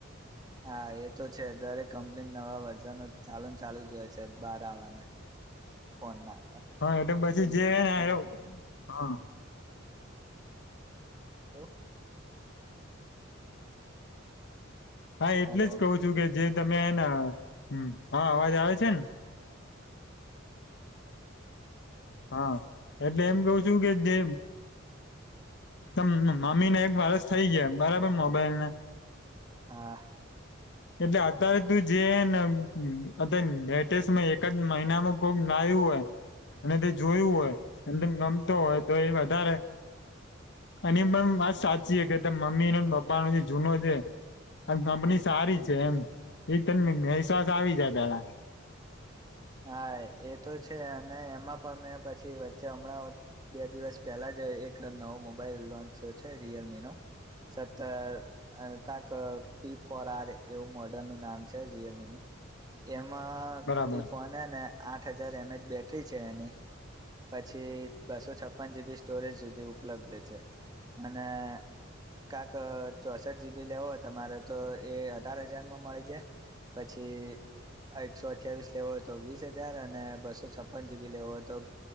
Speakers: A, on the right; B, on the left.
A: હા એ તો છે દરેક કંપની નવા વર્ઝન ચાલન ચાલુ જ હોય છે બાર આવવાના ફોનના.
B: હા એટલે પછી જેને હા.
A: તો.
B: હા એટલે
A: હલો
B: જ કહું છું કે જે તમે એને હા અવાજ આવે છે ને? હા એટલે એમ કવ છું કે, જે મમ્મીને એક વરષ થઈ ગયા બરાબર મોબાઈલને.
A: હા.
B: એટલે અત્યારે તું જેન અતન લટેસ્ટમાં એકાદ મહિનાનું કોક લાયું હોય અને તે જોયું હોય, અને તન ગમતો હોય તો એ વધારે, અને ઈ પણ વાત સાચી હે કે તાર મમ્મી ને પપ્પાનો જે જૂનો જે, આ કંપની સારી છે એમ, ઈ તન વિશ્વાસ આવી જાય પહેલાં.
A: હા એ તો છે, અને એમાં પણ મેં પછી વચ્ચે હમણાં બે દિવસ પહેલા જ એક નવો મોબાઈલ લોન્ચ છે રિયલમી નો, સતર અહ કાક પી ફોર આર એવું મોડલનું નામ છે રિયલમીનું, એમ- માં
B: બરાબર
A: એ હે ને આઠ હજાર એમ એ <unintelligible> બેટરી છે એની, પછી બસો છપ્પન જી બી સ્ટોરેજ સુધી ઉપલબ્ધ છે, અને કાક અહ ચોસઠ જી બી લેવો હોય તમારે તો એ અઢાર હજારમાં મળી જાય, પછી એકસો અઠ્યાવીસ લેવો હોય તો વીસ હજાર, અને બસો છપ્પન જી બી લેવો હોય તો